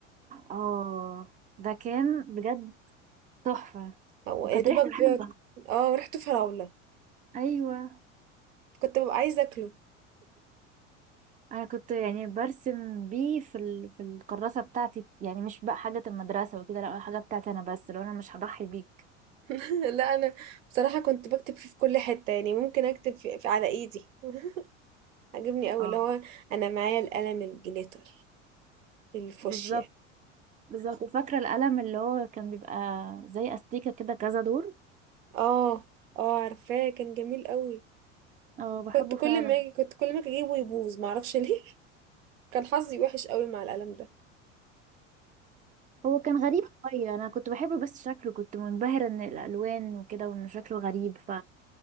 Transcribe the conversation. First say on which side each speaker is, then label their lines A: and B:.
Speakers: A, on the right; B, on the right.
A: اه ده كان بجد تحفة
B: هو
A: وكانت
B: يا دوبك
A: ريحته حلوة
B: بيقعد اه ريحته فراولة
A: ايوه
B: كنت ببقى عايزة اكله
A: انا كنت يعني برسم بيه في ال... في الكراسه بتاعتي يعني مش بقى حاجه المدرسه وكده لا حاجه بتاعتي انا بس لو انا مش هضحي بيك
B: <laughs> لا انا بصراحة كنت بكتب فيه في كل حتة يعني ممكن اكتب في في- على ايدي <laughs> عجبني قوي
A: اه
B: اللي هو انا معايا القلم الجليتر الفوشيا
A: بالظبط بالظبط وفاكره القلم اللي هو كان بيبقى زي استيكه كده كذا دور
B: اه اه عارفاه كان جميل قوي
A: اه بحبه
B: كنت كل
A: فعلا
B: ما اجي كنت كل ما أجي اجيبه يبوظ معرفش ليه <laughs> كان حظي وحش قوي مع القلم ده
A: هو كان غريب شويه انا كنت بحبه بس شكله كنت منبهره ان الالوان وكده وان شكله غريب ف